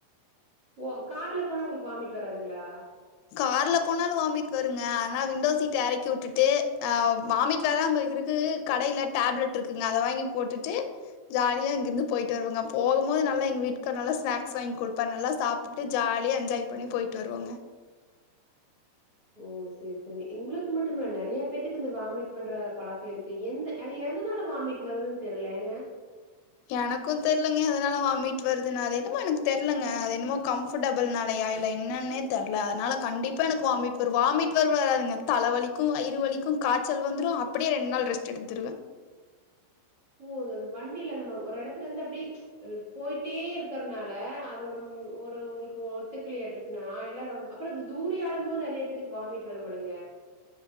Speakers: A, on the right; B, on the left.
A: ஓ கார்ல போனா உங்களுக்கு வாமிட் வராதுங்களா
B: கார்ல போனாலு வாமிட் வருங்க ஆனா விண்டோ சீட இறக்கி விட்டுட்டு அ வாமிட் வரமருக்கு கடையில டேப்லெட் இருக்குங்க அத வாங்கி போட்டுட்டு ஜாலியா இங்கிருந்து போயிட்டு வருவங்க போகு போது நல்லா எங்க வீட்டுக்காரரு நல்லா ஸ்நாக்ஸ் வாங்கி கொடுப்பாரு நல்லா சாப்பிட்டு ஜாலியா என்ஜாய் பண்ணி போயிட்டு வருவாங்க
A: ஓ சேரி சேரி உங்களுக்கு மட்டுஇல்ல நெறைய பேத்துக்கு இந்த வாமிட் பண்ற பழக்க இருக்கு எந்த அது எதனால வாமிட் வருதுன்னு தெரியல ஏங்க
B: எனக்கு தெரியலங்க அதனால வாமிட் வருதுன்னா அத என்னமா எனக்கு தெர்லங்க அது என்னமோ கம்ஃபர்டபிள் நாலையா இல்ல என்னன்னே தெர்ல அதனால கண்டிப்பா எனக்கு வாமிட் வரு வாமிட் வருவராதுங்க தலை வலிக்கு வயிற வலிக்கு காய்ச்சல் வந்துடு அப்படியே ரெண்டு நாள் ரெஸ்ட் எடுத்துடுவே
A: ஓ அ வண்டியில நம்ம ஒரு இடத்துல இருந்து அப்படியே போயிட்டே இருக்கறனால அது ஒரு ஒரு உங்களுக்கு ஒத்துக்கிளாட்டு இருக்கு நா <unintelligible> அப்புறோ இந்த தூரி ஆடு போது நெறைய பேத்துக்கு வாமிட் வரும் போலங்க